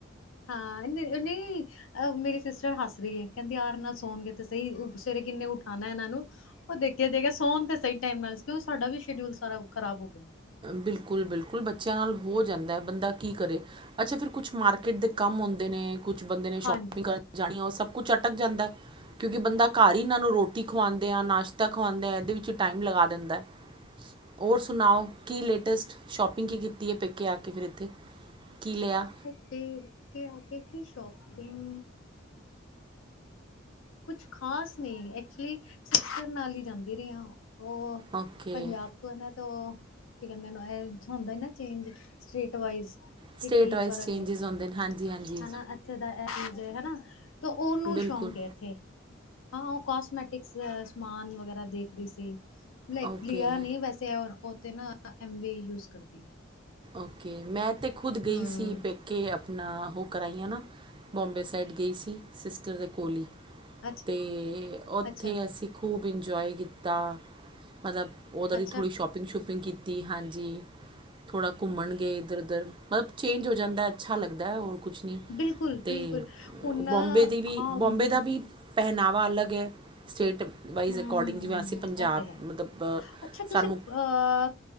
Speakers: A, on the left (about 80°); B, on the right (about 25°).
A: ਹਾਂ, ਏਨੇ ਓ ਨਹੀਂ। ਅ ਮੇਰੀ ਸਿਸਟਰ ਹੱਸ ਰਹੀ ਏ, ਕਹਿੰਦੀ ਆਰ ਨਾਲ ਸੋਣਗੇ ਤੇ ਸਹੀ, ਸਵੇਰੇ ਕਿੰਨੇ ਉਠਾਣਾ ਇਹਨਾਂ ਨੂੰ। ਉਹ ਦੇਖਿਆ ਜਾਏਗਾ, ਸੋਣ ਤੇ ਸਹੀ ਟਾਈਮ ਨਾਲ ਕਿਉਂਕਿ ਸਾਡਾ ਵੀ ਸ਼ਡਿਊਲ ਸਾਰਾ ਖ਼ਰਾਬ ਹੋ ਗਿਆ।
B: ਬਿਲਕੁਲ-ਬਿਲਕੁਲ, ਬੱਚਿਆਂ ਨਾਲ ਹੋ ਜਾਂਦਾ ਐ, ਬੰਦਾ ਕੀ ਕਰੇ? ਅੱਛਾ ਫਿਰਰ ਕੁੱਛ ਮਾਰਕੀਟ ਦੇ ਕੰਮ ਹੁੰਦੇ ਨੇ, ਕੁਛ ਬੰਦੇ ਨੇ
A: ਹਾਂਜੀ
B: ਸ਼ੋਪਿੰਗ ਕਰਨ ਜਾਣੀ ਉਹ ਸਭ ਕੁਛ ਅਟਕ ਜਾਂਦਾ ਕਿਉਂਕਿ ਬੰਦਾ ਘਰ ਹੀ ਇਹਨਾਂ ਨੂੰ ਰੋਟੀ ਖਵਾਉਂਦੇ ਆ, ਨਾਸ਼ ਤਾ ਖਵਾਦੇ ਹੈ, ਇਹਦੇ ਵਿੱਚ ਟਾਈਮ ਲਗਾ ਦਿੰਦਾ। ਹੋਰ ਸੁਣਾਓ ਕੀ ਲੇਟੈਸਟ ਸ਼ੋਪਿੰਗ ਕੀ ਕੀਤੀ ਹੈ, ਪੇਕੇ ਆ ਕੇ ਫਿਰ ਇੱਥੇ ਕੀ ਲਿਆ?
A: ਆ ਕੇ <unintelligible> ਸ਼ੋਪਿੰਗ ਕੁਛ ਖ਼ਾਸ ਨਹੀਂ ਐਕਚੁਲੀ ਸਿਸਟਰ ਨਾਲ ਹੀ ਜਾਂਦੀ ਰਹੀ ਆ ਓ
B: ਓਕੇ
A: ਪੰਜਾਬ। ਪਹਿਲਾਂ ਉਹ ਕੀ ਕਹਿੰਦੇ ਓਹਨੂੰ <unintelligible> ਚੇਂਜ ਸਟਰੇਟ ਵਾਈਜ।
B: ਸਟੇਟ
A: ਕੀ
B: ਵਾਈਜ਼
A: ਫਰਕ
B: ਚੇਂਜਸ
A: ਐ
B: ਹੁੰਦੇ ਨੇ ਹਾਂਜੀ ਹਾਂਜੀ
A: ਹਨਾ। ਇਥੇ ਦਾ ਇਹ ਚੀਜ਼ ਹਨਾ ਤੇ ਉਹਨੂੰ
B: ਬਿਲਕੁਲ
A: ਸ਼ੌਂਕ ਇੱਥੇ ਹਾਂ ਉਹ ਕਸਮੈ, ਟਿਕਸ ਸਮਾਨ ਵਗੈਰਾ ਦੇਖ ਰਹੀ ਸੀ ਲ
B: ਓਕੇ
A: ਲਿਆ ਨੀ ਵੈਸੇ ਓ ਤੇ ਨਾ। ਐਵੇਂ ਯੂਜ ਕਰਦੀ ਐ।
B: ਓਕੇ ਮੈਂ ਤਾਂ ਖੁਦ ਗਈ
A: ਹੂੰ,
B: ਸੀ ਪੇ, ਕੇ ਆਪਣਾ ਉਹ ਕਰਾਈਆਂ ਨਾ ਬੋਂਬੇ ਸਾਈਡ ਗਈ ਸੀ ਸਿਸਟਰ ਦੇ ਕੋਲ ਈ।
A: ਅੱਛਾ,
B: ਤੇ ਉੱਥੇ
A: ਅੱਛਾ,
B: ਅਸੀਂ ਖੂਬ ਇੰਜੋਏ ਕੀਤਾ। ਮਤਲਬ ਓਦਾ ਦੀ
A: ਅੱਛਾ,
B: ਥੋੜ੍ਹੀ ਸ਼ੋਪਿੰਗ ਸ਼ੂਪਿੰਗ ਕੀਤੀ ਹਾਂਜੀ। ਥੋੜ੍ਹਾ ਘੁੰਮਣ ਗਏ ਇੱਧਰ ਉੱਧਰ ਮਤਲਬ ਚੇਂਜ ਹੋ ਜਾਂਦਾ ਅੱਛਾ ਲੱਗਦਾ ਓ। ਕੁਛ ਨਹੀਂ
A: ਬਿਲਕੁਲ,
B: ਤੇ
A: ਬਿਲਕੁਲ ਹੁਣ
B: ਬੋਮਬੇ
A: ਨਾ
B: ਦੀ ਵੀ
A: ਹਾਂ
B: ਬੋਮਬੇ
A: ਹੂੰ,
B: ਦਾ ਵੀ। ਪਹਿਨਾਵਾ ਅਲੱਗ ਐ। ਸਟੇਟ ਵਾਈਜ਼
A: ਹੂੰ,
B: ਅਕੋਡਿੰਗ ਜਿਵੇਂ ਅਸੀਂ ਪੰਜਾਬ
A: ਇਹ ਤੇ ਹੈ
B: ਮਤਲਬ
A: ਅੱਛਾ ਤੁਸੀਂ
B: ਸਾਨੂੰ।
A: ਅ